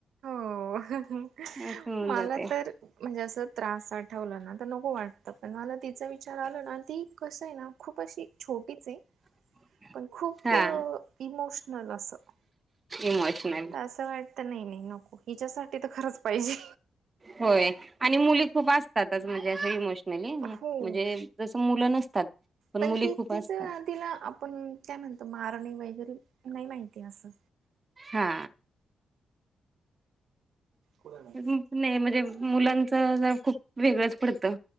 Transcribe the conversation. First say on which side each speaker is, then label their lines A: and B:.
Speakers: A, on the right; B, on the right.
A: हो हन ह
B: असं होऊन
A: मला
B: जाते
A: तर म्हणजे असं त्रास आठवलं ना तर नको वाटतं पण मला तिचा विचार आला ना ती कसं आहे ना खूप अशी छोटीच ये
B: <unintelligible>
A: पण खूप
B: हा
A: इमोशनल असं
B: ई मच नाही
A: तर असं वाटत नाही नाही नको हिच्यासाठी तर खरंच पाहिजे.
B: होय आणि मुली खूप असतातच म्हणजे असं इमोशनली म्हणजे
A: हो
B: जस मुलं नसतात.
A: पण
B: मुली
A: ती
B: खूप
A: तिचं
B: असतात
A: तिला आपण काय म्हणतो मारणे वगैरे नाही माहिती असं.
B: हा!
A: कुडं नाय?
B: नाही म्हणजे मुलांच जरा खूप वेगळंच पडतं.